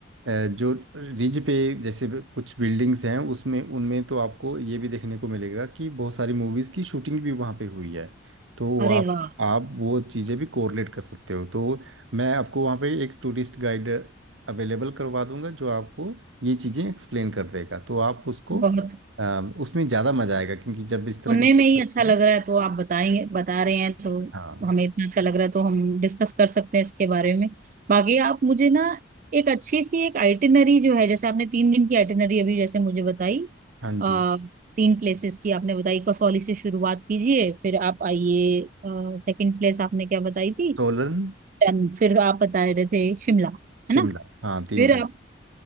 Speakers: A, on the right; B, on the right.
A: अ, जो रिज पे जैसे भी कुछ बिल्डिंग्स हैं उसमें उनमें तो आपको ये भी देखने को मिलेगा कि बहुत सारी मूवीज़ की शूटिंग भी वहाँ पे हुई है तो वो
B: अरे
A: आप
B: वाह
A: आप वो चीज़ें भी कोरिलेट कर सकते हो तो मैं आपको वहाँ पे एक टूरिस्ट गाइड अवेलेबल करवा दूंगा जो आपको ये चीज़ें एक्सप्लेन कर देगा तो आप उसको
B: बहुत
A: अ, उसमें ज़्यादा मज़ा आएगा क्योंकि जब इस तरह
B: सुनने
A: की चीज़ें
B: में ही
A: होती
B: अच्छा लग
A: हैं,
B: रहा है तो आप बताएंगे बता रहे हैं तो
A: हाँ
B: हमें इतना अच्छा लग रहा है तो हम डिस्कस कर सकते हैं इसके बारे में बाकी आप मुझे ना एक अच्छी सी एक आइटिनरी जो है जैसे आपने तीन दिन की आइटिनरी अभी जैसे मुझे बताई
A: हाँ जी
B: आ, तीन प्लेसेस की आपने बताई कसौली से शुरुआत कीजिए फिर आप आइए सेकंड प्लेस आपने क्या बताई थी
A: सोलन
B: डन फिर आप बता रहे थे शिमला
A: शिमला
B: है ना
A: हाँ तीन
B: फिर
A: प्लेस
B: आप